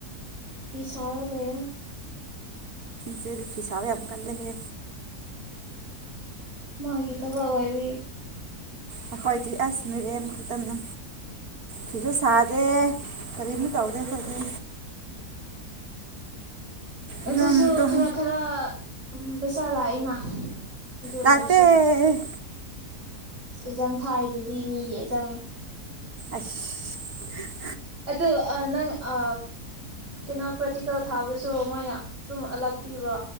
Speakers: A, on the right; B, on the right.
A: ꯐꯤ ꯁꯔꯣ ꯂꯩꯑꯣ
B: ꯆꯦꯗꯨ ꯐꯤꯁꯥꯕ ꯌꯥꯝ ꯀꯜꯂꯦꯍꯦ
A: ꯃꯥꯒꯤ ꯊꯕꯛ ꯑꯣꯢꯕꯒꯤ
B: ꯑꯩꯈꯣꯏꯗꯤ ꯑꯁ ꯃꯤꯔ ꯈꯛꯇꯅꯦ ꯐꯤꯖꯨ ꯁꯥꯗꯦ ꯀꯔꯤꯁꯨ ꯇꯧꯗꯦ ꯑꯈꯣꯢꯗꯤ
A: ꯑꯗꯨꯁꯨ
B: ꯑꯗꯨꯝ ꯇꯨꯝ
A: ꯈꯔ ꯈꯔ ꯄꯩꯁꯥ ꯂꯥꯛꯏꯅ ꯑꯗꯨ
B: ꯂꯇꯦ
A: ꯑꯣꯏꯔꯁꯨ ꯑꯦꯛꯖꯥꯝ ꯊꯥꯢꯗꯨꯗꯤ ꯃꯤꯒꯤ ꯑꯦꯛꯖꯥꯝ
B: <unintelligible>
A: ꯑꯗꯨ ꯑ ꯅꯪ ꯑ ꯀꯩꯅꯣ ꯄ꯭ꯔꯦꯇꯤꯀꯦꯜ ꯊꯥꯕꯗꯨꯁꯨ ꯃꯣꯏꯅ ꯑꯗꯨꯝ ꯑꯜꯂꯛꯄꯤꯕ